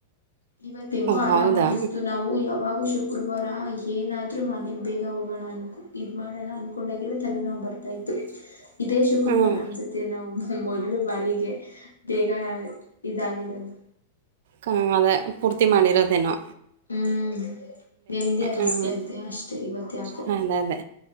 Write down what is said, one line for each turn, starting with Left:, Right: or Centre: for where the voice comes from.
Left: ಇವತ್ ಹೆಂಗೋ
Right: ಓ
Left: ಆರಾಮ್
Right: ಹೌದಾ
Left: ಅನಿಸ್ತು ನಾವು ಯಾವಾಗೂ ಶು ಗುರುವಾರ ಏನಾದ್ರೂ ಮನೆಗ್ ಬೇಗ ಹೋಗೋಣ ಅನ್ಕೋ ಇದ್ ಮಾಡೋಣ ಅನ್ಕೊಂಡಾಗಿಲ್ಲ ತಲೆನೋವ ಬರ್ತಾ ಇತ್ತು.
Right: <inaudible>
Left: ಇದೇ ಶುಕ್ರವಾರ
Right: ಹ್ಮ್
Left: ಅನ್ಸುತ್ತೆ ನಾವು ಮೊದ್ಲು ಬಾರಿಗೆ ಬೇಗ ಇದಾಗಿರೋದು.
Right: ಹ ಅದೇ ಪೂರ್ತಿ ಮಾಡಿರೊದೇನೊ.
Left: ಹ್ಮ್ ನೆಮ್ಮದಿ ಅನ್ನಿಸ್ತೈತೆ
Right: ಹ್ಮ್
Left: ಅಷ್ಟೆ ಇವತ್ ಯಾಕೋ.
Right: ಅದೇ ಅದೇ